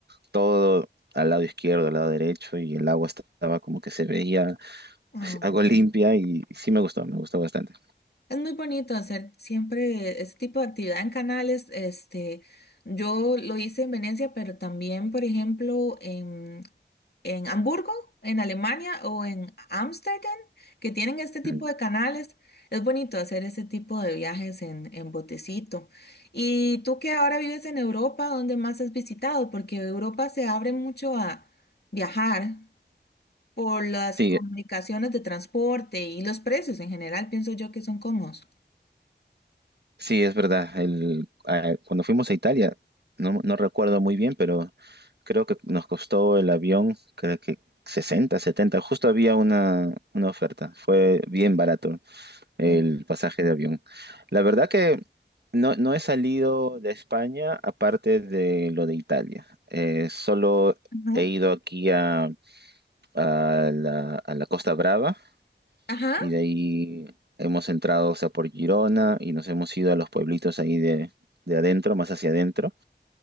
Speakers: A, on the right; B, on the left.
A: todo al lado izquierdo, al lado derecho, y el agua estaba como que se veía
B: Ah.
A: algo limpia y sí me gustó, me gustó bastante.
B: Es muy bonito hacer siempre este tipo de actividad en canales. Este, yo lo hice en Venecia, pero también, por ejemplo, en, en Hamburgo, en Alemania o en Ámsterdam, que tienen este tipo
A: Mm.
B: de canales. Es bonito hacer este tipo de viajes en, en botecito. Y tú que ahora vives en Europa, ¿dónde más has visitado? Porque Europa se abre mucho a viajar por las
A: Sí,
B: comunicaciones de transporte y los precios en general, pienso yo que son cómodos.
A: sí, es verdad. El, ah, cuando fuimos a Italia, no, no recuerdo muy bien, pero creo que nos costó el avión, creo que 60, 70, justo había una, una oferta, fue bien barato. el
B: Claro.
A: pasaje de avión. La verdad que no, no he salido de España aparte de lo de Italia. Eh, solo
B: Ajá,
A: he ido aquí a, a la, a la Costa Brava
B: ajá,
A: y de ahí hemos entrado, o sea, por Girona y nos hemos ido a los pueblitos ahí de, de adentro, más hacia adentro.